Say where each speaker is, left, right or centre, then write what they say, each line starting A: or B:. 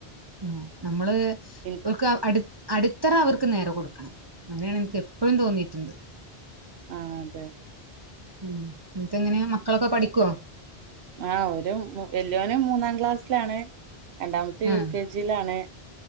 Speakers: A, on the right; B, on the right.
A: ഉം. നമ്മള്
B: എനിക്ക്
A: ഒക്ക അടു അടിത്തറ അവർക്ക് നേരെ കൊടുക്കണം. അങ്ങനെയാണ് എനിക്ക് എപ്പോഴും തോന്നിയിട്ടുണ്ട്.
B: ആ അതെ.
A: ഉം. എന്നിട്ട് എങ്ങനെയാ മക്കളൊക്കെ പഠിക് ക്കോ.
B: ആ ഒരു വല്യോന് മൂന്നാം ക്ലാസ്സിലാണ്. രണ്ടാമത്തെ യു
A: ആഹ്
B: കെ ജിയിലാണ്.